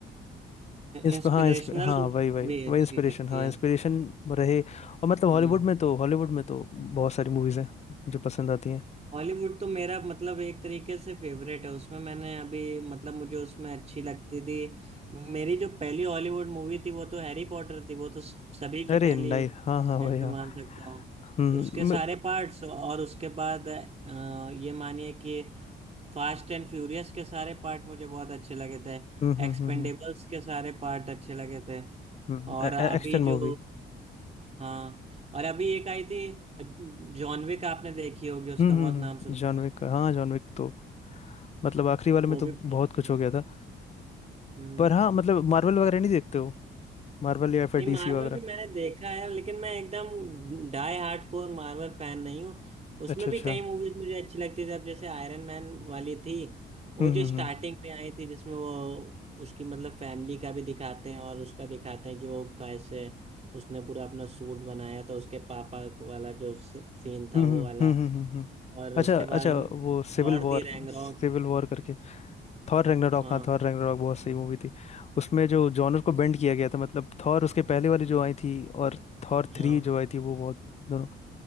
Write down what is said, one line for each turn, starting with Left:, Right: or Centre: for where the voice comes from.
Left: इस
Right: इंस्पिरेशनल
Left: पे हाँ इस पे हाँ वही वही
Right: भी
Left: वही
Right: अच्छी
Left: इंस्पिरेशन
Right: लगती
Left: हाँ
Right: है
Left: इंस्पिरेशन रहे और मतलब
Right: हम्म
Left: हॉलीवुड में तो हॉलीवुड में तो बहुत सारी मूवीज हैं जो पसंद आती हैं
Right: हॉलीवुड तो मेरा मतलब एक तरीके से फेवरेट है उसमें मैंने अभी मतलब मुझे उसमें अच्छी लगती थी मेरी जो पहली हॉलीवुड मूवी थी वो तो हैरी पॉटर थी वो तो स- सभी की
Left: अरे
Right: पहली
Left: नहीं हाँ हाँ
Right: मैं
Left: भाई
Right: तो
Left: हाँ
Right: मान सकता हूँ
Left: हम्म
Right: उसके सारे
Left: मैं-
Right: पार्ट्स और उसके बाद अ, ये मानिए कि फास्ट एंड फ्यूरियस के सारे पार्ट मुझे बहुत अच्छे लगे थे
Left: हम्म हम्म
Right: एक्सपेंडेबल्स
Left: हम्म हम्म।
Right: के सारे पार्ट अच्छे लगे थे
Left: हम्म
Right: और अभी
Left: Action
Right: जो
Left: movie
Right: हाँ और अभी एक आई थी जॉन विक आपने देखी होगी उसका
Left: हम्म
Right: बहुत
Left: हम्म हम्म,
Right: नाम सुना
Left: जॉन
Right: होगा।
Left: विक का हाँ जॉन विक तो मतलब आखिरी वाले
Right: वो
Left: में तो
Right: भी बहुत
Left: बहुत
Right: अच्छी
Left: कुछ
Right: है
Left: हो गया था
Right: हम्म
Left: पर हाँ मतलब मार्वल वगैरह नहीं देखते हो मार्वल या फिर
Right: नहीं मार्वल
Left: डीसी वगैरह
Right: भी मैंने देखा है लेकिन मैं एकदम डाई हार्डकोर मार्वल फैन नहीं हूँ उसमें
Left: अच्छा
Right: भी
Left: अच्छा
Right: कई मूवीज मुझे अच्छी लगती थी अब जैसे आयरन मैन वाली थी वो
Left: हम्म
Right: जो
Left: हम्म
Right: स्टार्टिंग में आई थी जिसमें वो उसकी मतलब फैमिली का भी दिखाते हैं और उसका दिखाते हैं कि वो कैसे उसने पूरा अपना सूट बनाया था उसके पापा वाला जो सीन था
Left: हम्म
Right: वो
Left: हम्म
Right: वाला
Left: हम्म हम्म हम्म, हम्म, हम्म।
Right: और
Left: अच्छा
Right: उसके बाद
Left: अच्छा वो सिविल
Right: थॉर
Left: वॉर
Right: दी रैग्नारोक
Left: सिविल वॉर करके थॉर रैग्नारॉक
Right: हाँ
Left: हाँ थॉर रैग्नारॉक बहुत सही मूवी थी उसमें जो जॉनर को बेंड किया गया था मतलब थॉर उसके पहले वाली जो आई थी और थॉर
Right: हाँ
Left: थ्री जो आई थी वो बहुत दोनों